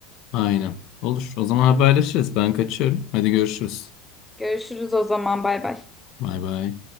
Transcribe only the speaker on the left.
Aynen. Olur. O zaman haberleşiriz. Ben kaçıyorum. Hadi görüşürüz.
Bay bay.